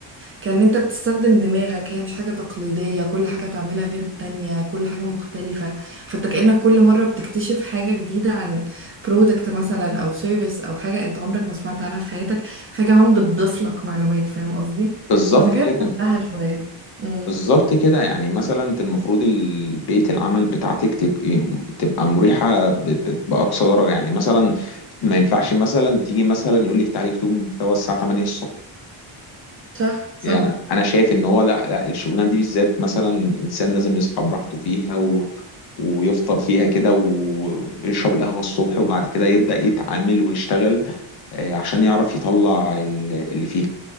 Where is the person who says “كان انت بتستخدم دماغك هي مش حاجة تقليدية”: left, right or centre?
Right